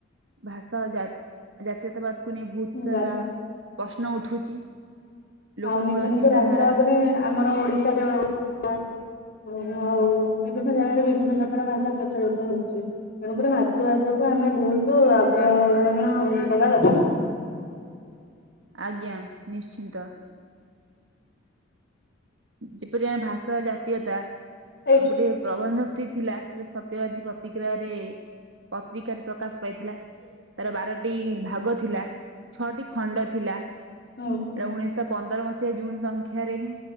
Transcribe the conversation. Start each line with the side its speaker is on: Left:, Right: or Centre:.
Right: ଭାଷା ଜା ଜାତୀୟତାବାଦ୍ କୁ ନେଇ ବହୁତ୍ ସାରା
Left: ଯା
Right: ପ୍ରଶ୍ନ ଉଠୁଚି, ଲୋକଙ୍କର
Left: ଆଉ ନିଜ ନିଜ
Right: ଚିନ୍ତାଧାରା
Left: ଭାଷା ଉପରେ ଆମର ଓଡିଶାରେ <unintelligible> ଓ ଆଉ ବିଭିନ୍ନ ଜାଗାରେ ବିଭିନ୍ନ ଜାଗାର ଭାଷା ପ୍ରଚଳିତ ହଉଚି। ତେଣୁକରି ମାତୃଭାଷା କୁ ଆମେ ବହୁତୁ ଆଗ୍ରହରଣୀୟ ଦବା ଦରକାର୍।
Right: ଆଜ୍ଞା, ନିଶ୍ଚିନ୍ତ। ଯେପରି ଆମେ ଭାଷା ଜାତୀୟତା
Left: ଏଇ
Right: ଗୋଟେ ପ୍ରବନ୍ଧ <unintelligible> ଥିଲା, ସେଟା ସତ୍ୟବାଦୀ ପ୍ରତିକ୍ରିୟାରେ ପତ୍ରିକାରେ ପ୍ରକାଶ୍ ପାଇଥିଲା। ତାର ବାରଟି ଭାଗ ଥିଲା, ଛଅଟି ଖଣ୍ଡ ଥିଲା।
Left: ହଁ।
Right: ଏଇଟା ଉଣେଇଶ ପନ୍ଦର ମସିହା ଜୁନ୍ ସଂଖ୍ୟାରେ ହିଁ